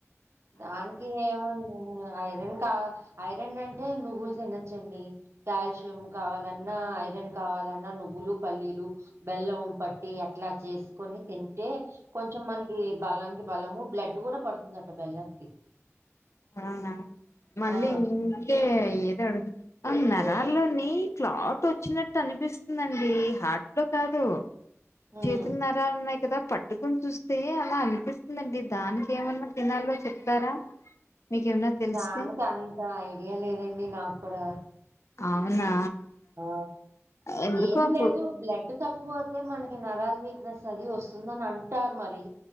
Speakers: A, on the right; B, on the left.
A: దానికి ఏమ ఐరన్ కా ఐరన్ అంటే నువ్వులు తినచ్చండి కాల్షియం కావాలన్నా ఐరన్ కావాలన్నా నువ్వులు పల్లీలు బెల్లం పట్టి అట్లా చేసుకొని తింటే కొంచెం మనకి బలానికి బలము బ్లడ్ కూడా పడుతుందట బెల్లానికి
B: అవునా మళ్ళీ
A: ఆ
B: ఏంటే ఏది అడుగు నరాల్లోని క్లాట్ వచ్చినట్టు అనిపిస్తుందండి హార్ట్ లో కాదు
A: హ్మ్.
B: చేతు నరాలు ఉన్నాయి కదా పట్టుకుని చూస్తే అలా అనిపిస్తుందండి దానికి ఏమన్నా తినాలో చెప్తారా మీకేమన్నా తెలిస్తే
A: దానికి అంత ఐడియా లేదండి నాకు కూడా
B: అవునా
A: ఆ
B: ఎందుకో
A: ఏం
B: అప్పు
A: లేదు బ్లడ్ తక్కువ అయితే మనకి నరాల వీక్నెస్ అది వస్తుందని అంటారు మరి